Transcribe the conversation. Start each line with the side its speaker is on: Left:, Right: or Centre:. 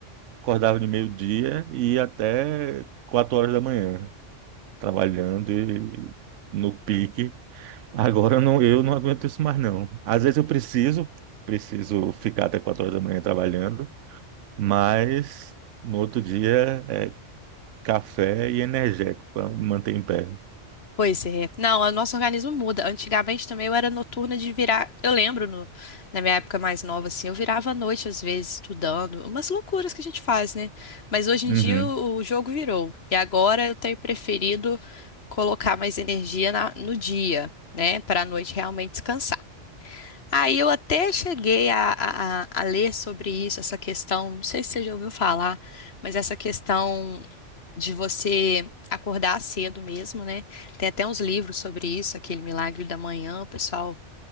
Right: acordava de meio-dia e ia até quatro horas da manhã, trabalhando e no pique. Agora eu não, eu não aguento isso mais, não. Às vezes eu preciso, preciso ficar até quatro horas da manhã trabalhando, mas no outro dia é café e energético para manter em pé.
Left: Pois é. Não, o nosso organismo muda. Antigamente também eu era noturna de virar. Eu lembro no- na minha época mais nova, assim, eu virava à noite, às vezes, estudando. Umas loucuras que a gente faz, né? Mas hoje em
Right: Uhum.
Left: dia o, o jogo virou. E agora eu tenho preferido colocar mais energia na- no dia, né? Para a noite realmente descansar. Aí eu até cheguei a, a a- a ler sobre isso, essa questão. Não sei se você já ouviu falar, mas essa questão de você acordar cedo mesmo, né? Tem até uns livros sobre isso, aquele Milagre da Manhã, pessoal.